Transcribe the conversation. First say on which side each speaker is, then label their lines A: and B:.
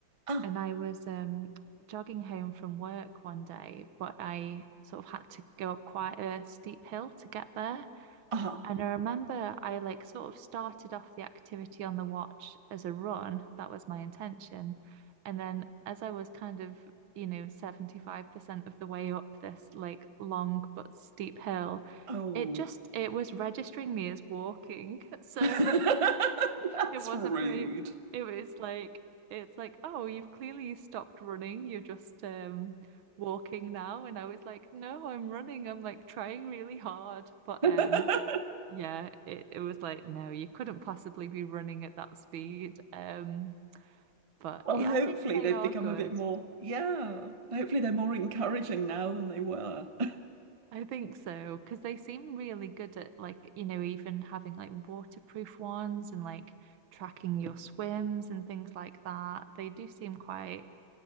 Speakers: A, on the right (about 45°); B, on the right (about 70°).
A: Ah,
B: and I was um jogging home from work one day, but I sort of had to go up quite a steep hill to get there.
A: ah,
B: And I remember I like sort of started off the activity on the watch as a run. That was my intention. And then as I was kind of, you know, 75% of the way up this like long but steep hill,
A: oh.
B: it just it was registering me as walking. <laughs> So
A: <laughs> That's
B: it wasn't
A: rude.
B: very it was like it's like, oh, you've clearly stopped running. You're just um walking now. And I was like, no, I'm running. I'm like trying really hard. But
A: <laughs>
B: um yeah, it, it was like, no, you couldn't possibly be running at that speed. Um, but
A: Well,
B: yeah,
A: hopefully
B: I think they
A: they've
B: are
A: become
B: good.
A: a bit more, yeah. Hopefully they're more encouraging now than they were. <laughs>
B: I think so, because they seem really good at like, you know, even having like waterproof ones and like tracking your swims and things like that. They do seem quite